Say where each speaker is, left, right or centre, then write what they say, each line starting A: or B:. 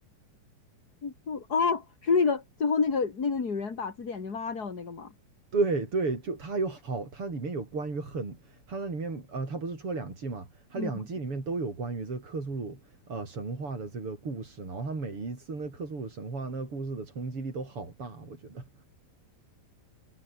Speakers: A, on the left; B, on the right.
A: 不哦，是那个最后那个那个女人把自己眼睛挖掉的那个吗？
B: 对对，就它有好，它里面有关于很，它那里面呃，它不是出了两季嘛？它两季里面都有关于这个克苏鲁呃神话的这个故事，
A: 嗯，
B: 然后它每一次那克苏鲁神话那个故事的冲击力都好大，我觉得。